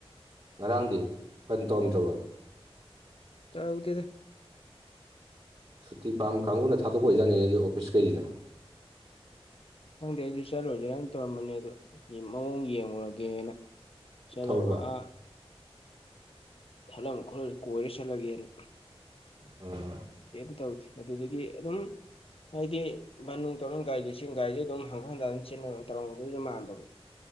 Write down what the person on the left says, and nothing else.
ꯇꯧꯗꯦꯗ
ꯈꯪꯗꯦ ꯑꯩꯖꯨ ꯆꯠꯂꫭꯏꯖꯤꯔꯅ ꯇꯧꯔꯝꯕꯅꯦ ꯑꯗꯨ ꯃꯑꯣꯡ ꯌꯦꯡꯉꯨꯔꯒꯦꯅ ꯆꯠꯂꯕ
ꯑꯥ ꯊꯠꯂꯝ ꯈꫭꯠꯂꯝꯃꯖꯨ ꯀꯣꯏꯔ ꯆꯠꯂꯒꯦꯅ
ꯀꯩꯝ ꯇꯧꯗꯦ ꯃꯗꯨꯗꯒꯤ ꯑꯗꯨꯝ ꯍꯥꯏꯗꯤ ꯕꯟꯅꯨꯡ ꯇꯧꯔꯨꯡ ꯒꯥꯔꯤꯗꯤ ꯏꯁꯤꯡꯒꯥꯔꯤꯗꯤ ꯑꯗꯨꯝ ꯍꯪꯒꯠ ꯍꯟꯗ ꯆꯦꯟꯅꯕꯅꯤ ꯇꯧꯗꫭꯏꯖꯨ ꯃꯥꯟꯗꯕ